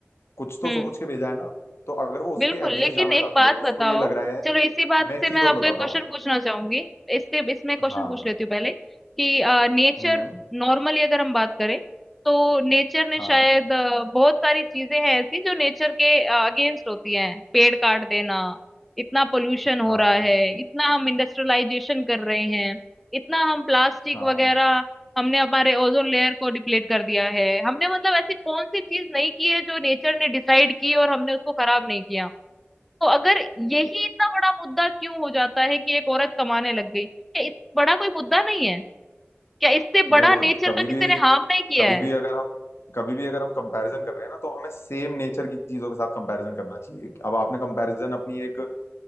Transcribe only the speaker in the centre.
हम्म
बिल्कुल
लेकिन
एक
बात
बताओ
चलो इसी बात
से
मैं
आपको
एक क्वेश्चन
पूछना चाहूंगी इससे इसमें क्वेश्चन
पूछ
लेती हूँ पहले कि नेचर
नॉर्मली अगर हम बात करें तो नेचर ने
शायद अ, बहुत सारी चीजें हैं ऐसी जो नेचर के अगेंस्ट होती हैं पेड़ काट देना इतना पोल्यूशन हो
रहा है इतना हम इंडस्ट्रियलाइजेशन कर रहे हैं इतना हम प्लास्टिक
वगैरह हमने हमारे ओजोन लेयर को डिप्लीट कर दिया है हमने मतलब ऐसी कौन सी चीज नहीं की है जो नेचर ने डिसाइड की और हमने उसको खराब नहीं किया तो अगर यही इतना बड़ा मुद्दा क्यों हो जाता है कि एक औरत कमाने लग गई क्या इस बड़ा कोई मुद्दा नहीं है क्या इससे बड़ा
नेचर
का किसी
ने हार्म नहीं किया
है